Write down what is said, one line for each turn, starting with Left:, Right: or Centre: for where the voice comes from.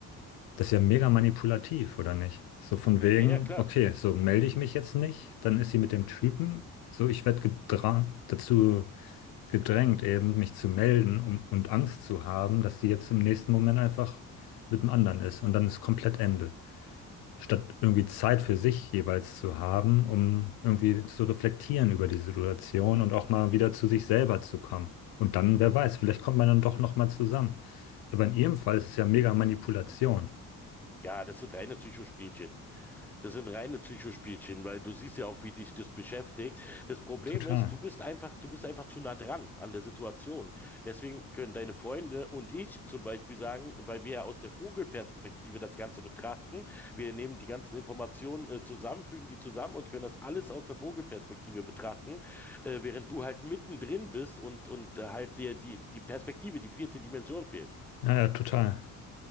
Left: Das ist ja mega manipulativ, oder nicht? So von wegen,
Centre: Ja, ja, klar.
Left: okay, so melde ich mich jetzt nicht, dann ist sie mit dem Typen, so ich werde gedrang, dazu gedrängt, eben mich zu melden um, und Angst zu haben, dass sie jetzt im nächsten Moment einfach mit dem anderen ist und dann ist komplett Ende. Statt irgendwie Zeit für sich jeweils zu haben, um irgendwie zu reflektieren über die Situation und auch mal wieder zu sich selber zu kommen. Und dann, wer weiß, vielleicht kommt man dann doch nochmal zusammen. Aber in ihrem Fall ist es ja mega Manipulation.
Centre: Ja, das sind reine Psychospielchen. Das sind reine Psychospielchen, weil du siehst ja auch, wie dich das beschäftigt. Das Problem
Left: Total.
Centre: ist, du bist einfach, du bist einfach zu nah dran an der Situation. Deswegen können deine Freunde und ich zum Beispiel sagen, weil wir ja aus der Vogelperspektive das Ganze betrachten, wir nehmen die ganzen Informationen äh, zusammen, fügen die zusammen und können das alles aus der Vogelperspektive betrachten, äh, während du halt mittendrin bist und, und äh, halt dir die, die Perspektive, die vierte Dimension fehlt.
Left: Ja, ja, total.